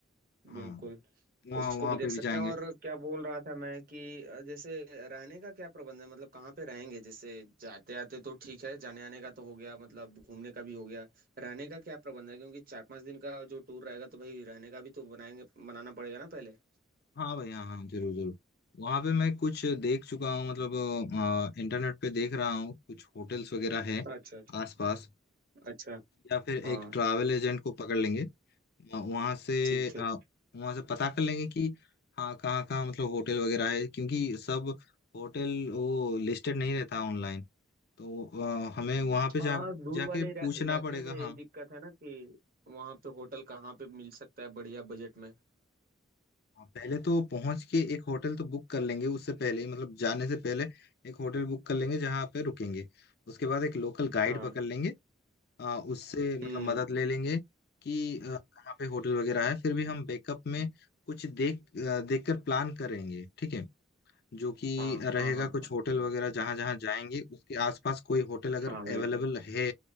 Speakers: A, on the left; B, on the right.
A: हाँ
B: बिल्कुल
A: वहाँ
B: उसको
A: वहाँ
B: भी देख
A: पे भी
B: सकते
A: जाएंगे
B: हैं और क्या बोल रहा था मैं कि अ, जैसे रहने का क्या प्रबंध है मतलब कहाँ पे रहेंगे जैसे जाते आते तो ठीक है जाने आने का तो हो गया मतलब घूमने का भी हो गया रहने का क्या प्रबंध है क्योंकि चार पांच दिन का जो टूर रहेगा तो भाई रहने का भी तो बनाएंगे बनाना पड़ेगा ना पहले
A: हाँ भाई हाँ हाँ जरूर जरूर वहाँ पे मैं कुछ देख चुका हूँ मतलब आ, इंटरनेट पे देख रहा हूँ कुछ होटल्स वगैरह है
B: अच्छा अच्छा
A: आसपास
B: अच्छा
A: या फिर
B: हाँ
A: एक ट्रैवल एजेंट को पकड़ लेंगे वहां से
B: ठीक ठीक
A: आ, वहां से पता कर लेंगे कि हाँ कहाँ कहाँ मतलब होटल वगैरह है क्योंकि सब होटल वो लिस्टेड नहीं रहता ऑनलाइन तो अ, हमें वहां पे जा
B: हाँ दूर
A: जाके
B: वाले इरा-
A: पूछना
B: इलाके
A: पड़ेगा
B: में यही
A: हाँ
B: दिक्कत है ना कि वहाँ पे होटल कहाँ पे मिल सकता है बढ़िया बजट में
A: हाँ, पहले तो पहुंच के एक होटल तो बुक कर लेंगे उससे पहले ही मतलब जाने से पहले एक होटल बुक कर लेंगे जहाँ पे रुकेंगे उसके बाद एक लोकल गाइड
B: हाँ
A: पकड़ लेंगे अ, उससे
B: हम्म
A: मतलब मदद ले लेंगे कि अ, कहाँ पे होटल वगैरह है फिर भी हम बैकअप में कुछ देख अ, देखकर प्लान करेंगे ठीक है जो कि
B: हाँ
A: रहेगा
B: हाँ हाँ
A: कुछ
B: हाँ
A: होटल वगैरह जहां जहां जाएंगे उसके आसपास कोई होटल अगर
B: हाँ बिल्कुल
A: अवेलेबल है